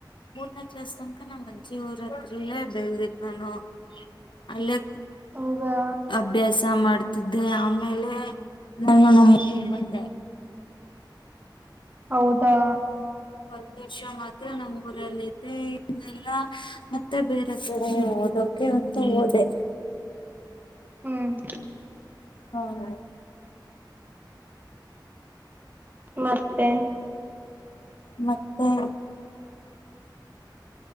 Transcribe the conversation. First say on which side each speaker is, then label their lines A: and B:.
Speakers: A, on the left; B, on the right.
A: ಮೂರನೇ ಕ್ಲಾಸ್ ತನಕ ನಮ್ಮ್ ಅಜ್ಜಿ ಊರ ಹತ್ರರಲ್ಲೇ ಬೆಳದಿದ್ ನಾನು ಅಲ್ಲೆ
B: ಹೌದಾ
A: ಅಭ್ಯಾಸ ಮಾಡ್ ತಿದ್ದೆ ಆಮೇಲೆ ನಾನು ನಮ್ ಊರಿಗ್ ಬಂದೆ
B: ಹೌದಾ
A: ಒಂದ್ ವರ್ಷ ಮಾತ್ರ ನಮ್ಮ ಊರಲ್ಲಿದ್ದೆ ಇನ್ನೆಲ್ಲಾ ಮತ್ತೆ ಬೇರೆ ಕಡೆ ಓದೋಕೆ ಅಂತ ಹೋದೆ
B: ಹ್ಮ್
A: ಹೌದ
B: ಮತ್ತೆ
A: ಮತ್ತೆ